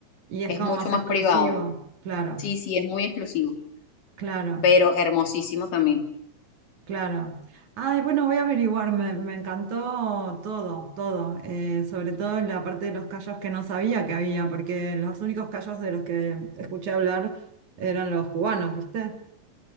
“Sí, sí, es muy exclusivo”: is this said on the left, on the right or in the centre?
Left